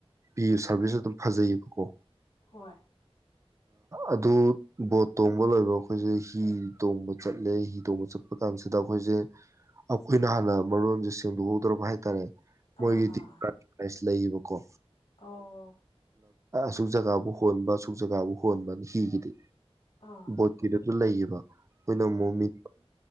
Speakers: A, on the right (about 30°); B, on the left (about 65°).
A: ꯄꯤ ꯁꯥꯔꯚꯤꯁꯁꯨ ꯑꯗꯨꯝ ꯐꯖꯩꯌꯦꯕꯀꯣ
B: ꯍꯣꯏ
A: ꯑꯗꯨ ꯕꯣꯠ ꯇꯣꯡꯕ ꯂꯣꯏꯕ ꯑꯩꯈꯣꯏꯁꯦ ꯍꯤ ꯇꯣꯡꯕ ꯆꯠꯂꯦ ꯍꯤ ꯇꯣꯡꯕ ꯆꯠꯄ ꯀꯥꯟꯁꯤꯗ ꯑꯩꯈꯣꯏꯁꯦ ꯑꯩꯈꯣꯏꯅ ꯍꯥꯟꯅ ꯃꯔꯣꯟꯁꯦ ꯁꯦꯡꯗꯣꯛꯍꯧꯗ꯭ꯔꯕ ꯍꯥꯏꯇꯥꯔꯦ ꯃꯣꯏꯒꯤ
B: ꯑꯥ ꯑꯥ ꯑꯥ
A: ꯂꯩꯌꯦꯕꯀꯣ
B: ꯑꯣ
A: ꯑꯁꯨꯛ ꯖꯒꯥꯕꯨ ꯍꯣꯟꯕ ꯑꯁꯨꯛ ꯖꯒꯥꯕꯨ ꯍꯣꯟꯕ ꯍꯤꯒꯤꯗꯤ
B: ꯑꯥ
A: ꯣꯀꯤꯗ ꯑꯗꯨ ꯂꯩꯈꯤꯕ ꯑꯩꯈꯣꯏꯅ
B: ꯍꯣꯏ
A: ꯃꯣꯃꯤ